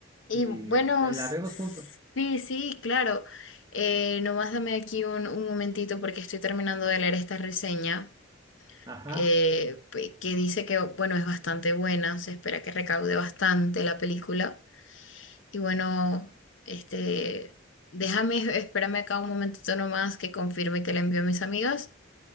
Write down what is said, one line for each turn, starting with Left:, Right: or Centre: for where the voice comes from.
Left: Y
Right: y,
Left: bueno,
Right: y la
Left: s-
Right: la vemos juntos.
Left: sí, sí, claro. Eh, nomás dame aquí un, un momentito porque estoy terminando de leer esta reseña.
Right: Ajá.
Left: eh, pe- que dice que, bueno, es bastante buena, se espera que recaude bastante la película. Y bueno, este, déjame, <laughs> espérame acá un momentito nomás que confirme que la envío a mis amigas